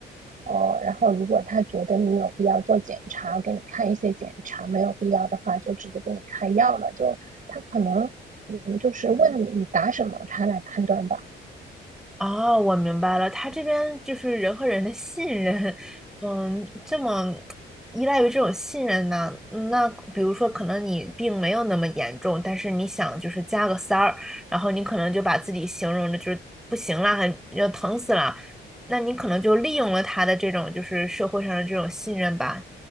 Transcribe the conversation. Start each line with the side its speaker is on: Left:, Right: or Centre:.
Right: 哦，然后如果他觉得你有必要做检查，给你看一些检查，没有必要的话就直接给你开药了，就他可能嗯就是问你答什么，他来判断吧。
Centre: 啊，我明白了，他这边就是人和人的信任，嗯，这么依赖于这种信任呢？嗯那比如说，可能你病没有那么严重，但是你想就是加个塞儿，然后你可能就把自己形容的就是不行了，还要疼死了，那你可能就利用了他的这种就是社会上的这种信任吧，